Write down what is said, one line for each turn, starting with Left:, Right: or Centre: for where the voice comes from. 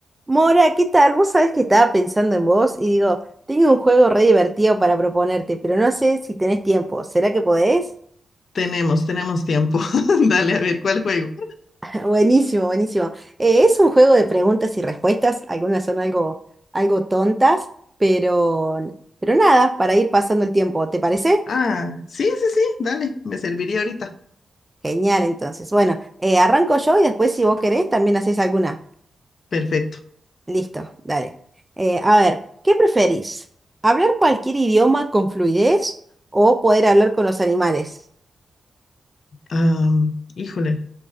Right: Mora, ¿qué tal? Vos sabés que estaba pensando en vos y digo, tengo un juego re divertido para proponerte, pero no sé si tenés tiempo. ¿Será que podés?
Left: Tenemos, tenemos tiempo. <laughs> Dale, a ver, ¿cuál juego?
Right: <laughs> Buenísimo, buenísimo. Eh, es un juego de preguntas y respuestas, algunas son algo, algo tontas, pero, pero nada, para ir pasando el tiempo, ¿te parece?
Left: Ah, sí, sí, sí, dale, me serviría ahorita.
Right: Genial, entonces. Bueno, eh, arranco yo y después si vos querés también haces alguna.
Left: Perfecto.
Right: Listo, dale. Eh, a ver, ¿qué preferís? ¿Hablar cualquier idioma con fluidez o poder hablar con los animales?
Left: Am, híjole,